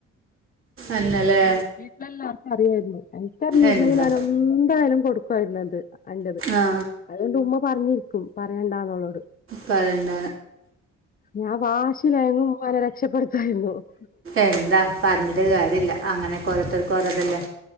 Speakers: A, on the right; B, on the left.
A: എന്നല്ലേ
B: വീട്ടിലല്ല അറിയായിരുന്നു എനിക്കറിഞ്ഞിരുന്നെങ്കിൽ
A: എന്താ
B: ഞാൻ എന്തായാലും കൊടുക്കുമായിരുന്നു അത് അന്റെത്
A: ആ
B: അതുകൊണ്ട് ഉമ്മ പറഞ്ഞിരിക്കും പറയെണ്ടാന്നുള്ളത്
A: പറയണ്ട
B: ഞാൻ വാശിലായങ്ങും ഉമ്മാനെ രക്ഷപ്പെടുത്തി <inaudible>
A: എന്താ പറഞ്ഞിട്ട് കാര്യ ഇല്ല അങ്ങനെ ഓരോത്തർക്ക് ഓരോതല്ലേ